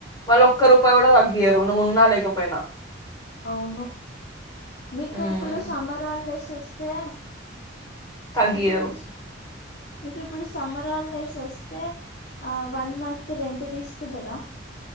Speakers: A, on the left; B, on the left.
A: వాళ్ళు ఒక్క రూపాయి కూడా తగ్గియ్యరు నువ్వు ఉన్నా లేకపోయినా
B: అవును మీకు
A: ఉమ్,
B: ఇప్పుడు సమ్మర్ హాలిడేస్ వస్తే
A: తగ్గియ్యరు
B: మీకు ఇప్పుడు మీకు ఇప్పుడు సమ్మర్ హాలిడేస్ వస్తే ఆ వన్ మంత్ రెంట్ తీసుకుంటారా?